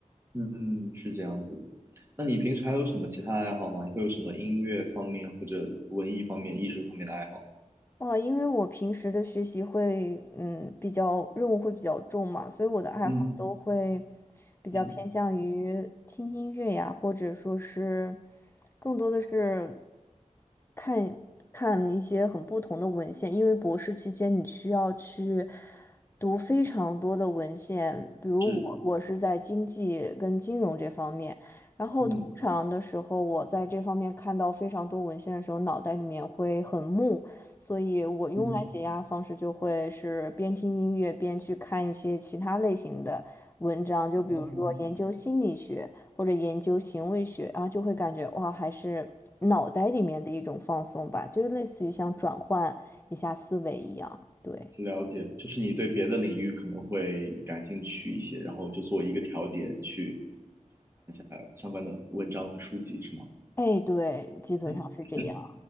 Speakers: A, on the right; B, on the left.
A: 嗯，是这样子。那你平时还有什么其他爱好吗？你会有什么音乐方面或者文艺方面、艺术方面的爱好
B: 哇，因为我平时的学习会，嗯，比较任务会比较重嘛，所以我的爱好都会
A: 嗯
B: 比较偏向于听音乐呀，
A: 嗯，
B: 或者说是更多的是看看一些很不同的文献，因为博士期间你需要去读非常多的文献，比如我我是在经济跟金融这方面，
A: 是，
B: 然后通常的时候我在这方面看到非常多文献的时候，
A: 嗯
B: 脑袋里面会很木。所以我用来解压的方式就会是边听音乐边去看一些其他类型的文章，
A: 嗯，
B: 就比如说研究心理学或者研究行为学，
A: 哦
B: 然后就会感觉哇，还是脑袋里面的一种放松吧，就是类似于像转换一下思维一样。对，
A: 了解，就是你对别的领域可能会感兴趣一些，然后就做一个调节，去呃相关的文章和书籍，是吗？
B: 哎，对，基本上是这样。
A: <coughs>